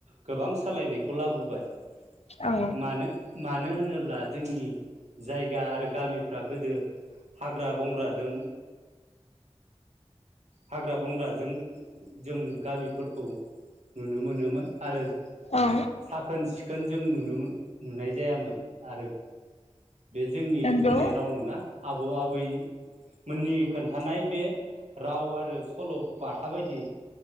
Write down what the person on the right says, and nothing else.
गोबां सालायनायखौ लाबोबाय ।
मानो? मानो होनोब्ला जोंनि जायगा आरो गामिफ्रा गोदो हाग्रा बंग्राजों हाग्रा बंग्राजों जों गामिफोर खौ नुनो मोनोमोन आरो
साखोन सिख खोन जों नुनो मो नुनाय जायामोन आरो बे जोंनि
बुंनाय राव नङा । आबौ आबैमोननि खोन्थानाय बे राव आरो सल' बाथा बायदि